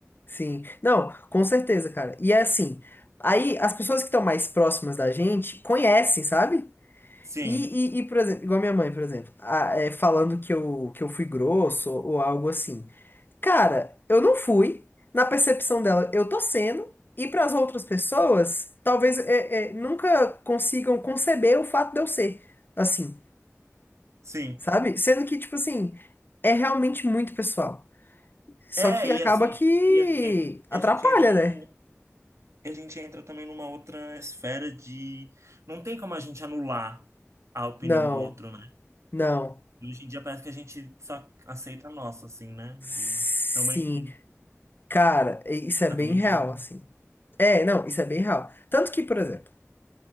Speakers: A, on the left; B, on the right.
A: sim. Não, com certeza, cara. E é assim, aí as pessoas que estão mais próximas da gente conhecem, sabe?
B: Sim,
A: E, e, e, por exemplo, igual minha mãe, por exemplo, a- é, falando que eu, que eu fui grosso ou algo assim. Cara, eu não fui. Na percepção dela, eu tô sendo. E para as outras pessoas, talvez é, é, nunca consigam conceber o fato de eu ser assim,
B: sim.
A: sabe? Sendo que, tipo assim, é realmente muito pessoal. Só
B: É,
A: que acaba
B: e assim,
A: que
B: e, a- e, a
A: atrapalha,
B: e a gente entra
A: né?
B: num, e a gente entra também numa outra esfera de não tem como a gente anular a opinião
A: Não,
B: do outro, né?
A: não.
B: E hoje em dia parece que a gente só aceita a nossa, assim, né?
A: Sim.
B: E realmente
A: Cara, isso é
B: cada
A: bem
B: um é indivíduo.
A: real, assim. É, não, isso é bem real. Tanto que, por exemplo,